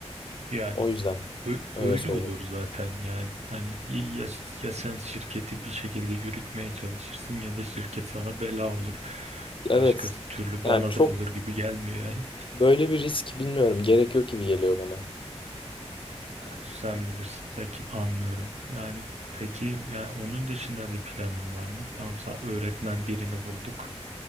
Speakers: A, on the right; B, on the left.
A: Yani
B: O yüzden
A: ö-
B: öyle
A: öyle
B: söyleyeyim.
A: olur zaten yani hani ya, ya ya sen şirketi bir şekilde yürütmeye çalışırsın ya da şirket sana bela olur.
B: Evet
A: Başka türlü
B: yani
A: bana
B: çok
A: da olur gibi gelmiyor yani.
B: böyle bir risk bilmiyorum gerek yok gibi geliyor bana.
A: Sen bilirsin. Peki anlıyorum. Yani peki yani onun dışında bir planın var mı? Tamam sen öğretmen birini bulduk.